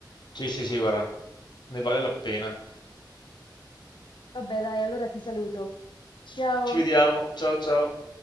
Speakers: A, on the left; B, on the left.
A: Sì, sì, sì, guarda, ne vale la pena.
B: Vabbè dai, allora ti saluto. Ciao!
A: Ci vediamo, ciao ciao.